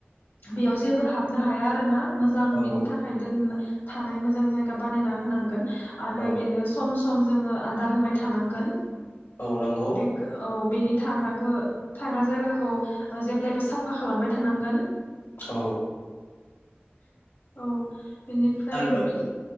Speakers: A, on the left; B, on the left.
A: बेयाव जेबो हाबनो हाया आरोना। मोजां
B: औ
A: बिनि थाखाय दोनना थानाय मोजां जायगा बानायना होनांगोन। आरो
B: औ
A: बेनो सम सम जोङो आदार होबाय थानांगोन।
B: औ नंगौ
A: बे खो औ। बेनिथ थाग्राखो थाग्रा जायगाखौ ओ जेब्लायबो साबफा खालामबाय थानांगोन।
B: औ।
A: औ। बेनिफ्राय
B: आरो
A: बिदि